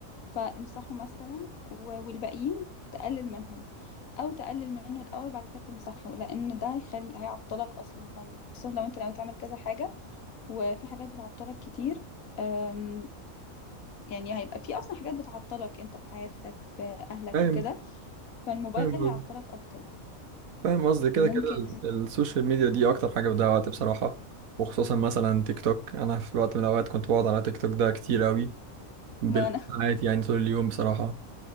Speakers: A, on the left; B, on the right.
A: فامسحه مثلا و- والباقيين تقلل منهم او تقلل منه الاول بعد كده تمسحه لان ده هيخلي هيعطلك اصلا خصوصا لو انت ناوي تعمل كذا حاجة وفي حاجات بتعطلك كتير أم، يعني هيبقى في اصلا حاجات بتعطلك انت في حياتك في اهلك
B: فاهم
A: وكده فالموبايل
B: فاهم
A: هيعطلك
B: قصدي
A: اكتر
B: فاهم قصدي كده
A: ممكن
B: كده ال- السوشيال ميديا دي اكتر حاجه بتضيع وقت بصراحه وخصوصا مثلا تيك توك انا في وقت من الاوقات كنت بقعد على تيك توك ده كتير قوي بالساعات
A: وانا
B: يعني طول اليوم بصراحه